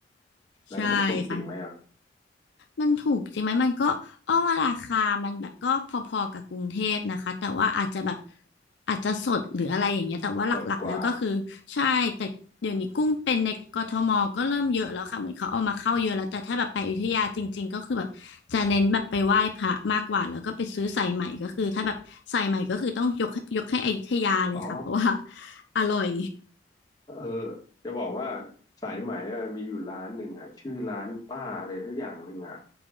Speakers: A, on the left (about 20°); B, on the left (about 70°).
A: แล้วมันถูกจริงไหมอ่ะ
B: ใช่ค่ะ มันถูกจริงไหมมันก็อ้อว่าราคามันแบบก็พอๆกับกรุงเทพนะคะแต่ว่าอาจจะแบบอาจจะสดหรืออะไรอย่างเงี้ยแต่ว่าหลักๆแล้วก็คือใช่แต่เดี๋ยวนี้กุ้งเป็นในกทมก็เริ่มเยอะแล้วค่ะเหมือนเขาเอามาเข้าเยอะแล้วแต่ถ้าแบบไปอยุธยาจริงๆก็คือแบบจะเน้นแบบไปไหว้พระมากกว่าแล้วก็ไปซื้อสายใหม่ก็คือถ้าแบบสายใหม่ก็คือต้องยกยกให้อยุธยาเลยค่ะเพราะว่า
A: ลดกว่าอ๋อ
B: อร่อย
A: เออจะบอกว่าสายไหมอะมีอยู่ร้านหนึ่งอ่ะชื่อร้านป้าอะไรสักอย่างหนึ่งอ่ะ